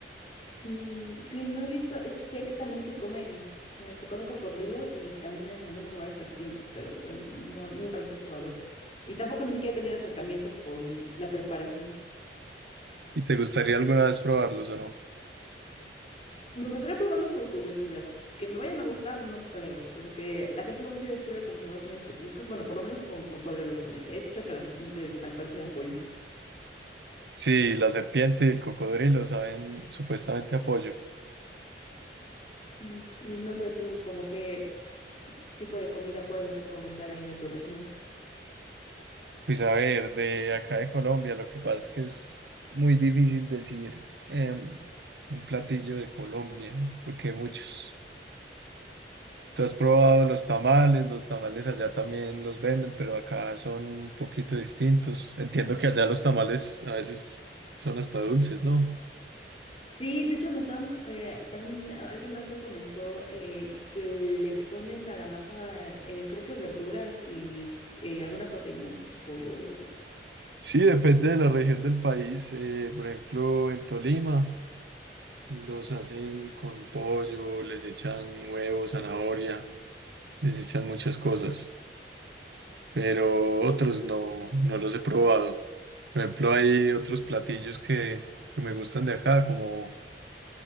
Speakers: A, on the left; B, on the right.
A: Mm, sí, no he visto, eh, sé que también se comen, eh, se come cocodrilo y también en algunos lugares serpientes, pero lo mismo, no, nunca los he probado. Y tampoco ni siquiera he tenido acercamiento con la preparación.
B: ¿Y te gustaría alguna vez probarlos o no?
A: Me gustaría probarlos por curiosidad. Que me vayan a gustar, no creo, porque la gente luego sí describe como sabores muy específicos. Bueno, por lo menos con cocodrilo. He escuchado que la serpiente tal cual se da apoyo.
B: Sí, la serpiente y el cocodrilo saben supuestamente apoyo.
A: Ujú. Y no sé tú, como qué tipo de comida puedes recomendar ahí de tu región.
B: Pues a ver, de acá de Colombia, lo que pasa es que es muy difícil decir em, un platillo de Colombia, porque hay muchos. ¿Tú has probado los tamales? Los tamales allá también los venden, pero acá son un poquito distintos. Entiendo que allá los tamales a veces son hasta dulces, ¿no?
A: Sí, de hecho me estaban, eh, también eh, alguien más me comentó eh, que le ponen a la masa, eh, creo que verduras y, eh, alguna proteína, no sé si pollo o algo así.
B: Sí, depende de la región del país. Eh, por ejemplo, en Tolima los hacen con pollo, les echan huevo, zanahoria, les echan muchas cosas, pero otros no, no los he probado. Por ejemplo, hay otros platillos que, que me gustan de acá, como,